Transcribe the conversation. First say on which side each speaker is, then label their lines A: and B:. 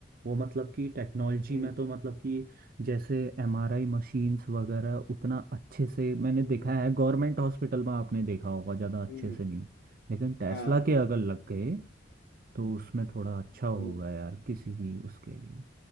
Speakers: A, on the right (about 55°); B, on the left (about 65°).
A: वो मतलब कि टेक्नोलॉजी
B: हम्म
A: में तो मतलब कि जैसे एमआरआई मशीन्स वगैरह उतना अच्छे से मैंने
B: हम्म
A: देखा है गवर्नमेंट हॉस्पिटल में आपने देखा होगा ज़्यादा अच्छे
B: हम्म,
A: से नहीं लेकिन टेस्ला
B: हाँ
A: के अगर लग गए तो उसमें थोड़ा अच्छा होगा
B: हम्म
A: यार किसी भी उसके लिए